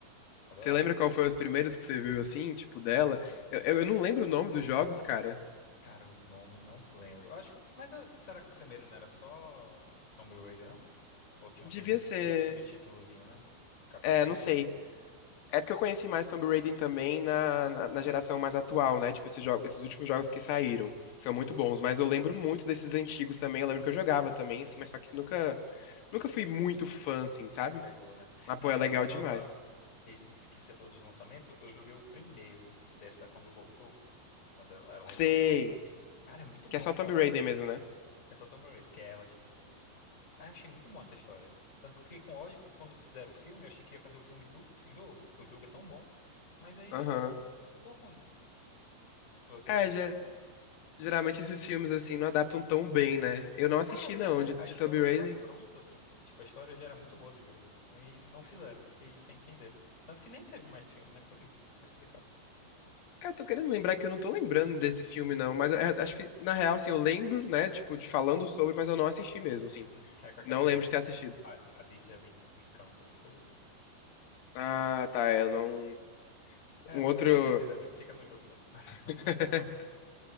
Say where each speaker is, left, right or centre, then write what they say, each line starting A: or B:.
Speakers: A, on the left; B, on the left.
A: adorava.
B: Você lembra qual foi os primeiros que você viu assim, tipo, dela? Eu, eu eu não lembro o nome dos jogos, cara.
A: Cara, o nome não lembro. Eu Acho que, o- mas eu- será que o primeiro não era só Tomb Raider, não? Ou tinha
B: Devia
A: um, sub,
B: ser.
A: tinha um subtítulozinho, né? Capaz
B: É,
A: de devia
B: não sei.
A: ter.
B: É porque eu conheci mais Tomb Raider também na, na, na geração mais atual, né? Tipo, esses, jogos, esses últimos jogos que saíram, que são muito
A: Hum,
B: bons. Mas eu lembro muito desses antigos também. Eu lembro que eu jogava também, assim, mas só que nunca, nunca fui muito fã, assim, sabe?
A: pegou, né?
B: Mas, pô,
A: Não,
B: é
A: esse
B: legal
A: da nova.
B: demais.
A: Esse que você falou dos lançamentos, eu joguei o primeiro dessa quando voltou, quando ela
B: Sei.
A: retomou a franquia. Cara, é muito bom,
B: Que é só Tomb
A: eu adorei.
B: Raider mesmo, né?
A: É só Tomb Raider, que é ela, tipo. Ah, eu achei muito bom essa história. Tanto que eu fiquei com ódio que quando fizeram o filme, eu achei que ia fazer o filme do f- jogo, porque o jogo é tão bom, mas aí
B: Aham.
A: ficou ruim. Você
B: É,
A: assistiu
B: ge-
A: o filme?
B: geralmente esses filmes, assim, não adaptam tão bem, né? Eu não assisti,
A: Cara, mas a
B: não,
A: história,
B: de,
A: a
B: de
A: história
B: Tomb
A: tava
B: Raider.
A: pronta, assim. Tipo, a história já era muito boa do jogo. Aí não fizeram, fiquei sem entender. Tanto que nem teve mais filme, né? Por isso, tá explicado.
B: É, Eu tô querendo lembrar que eu não tô lembrando desse filme, não. Mas é, acho que, na real, assim, eu lembro, né? Tipo, de falando sobre, mas eu não assisti mesmo, assim.
A: É. Uhum. Aí com aquela
B: Não
A: Alicia,
B: lembro de ter assistido.
A: a, Alicia Vi- Vikander, uma coisa assim.
B: Ah, tá, é, eu
A: É.
B: não.
A: É,
B: Um
A: não,
B: outro.
A: mas nem precisa, amigo. Fica no jogo mesmo. <laughs>
B: <laughs>
A: É melhor.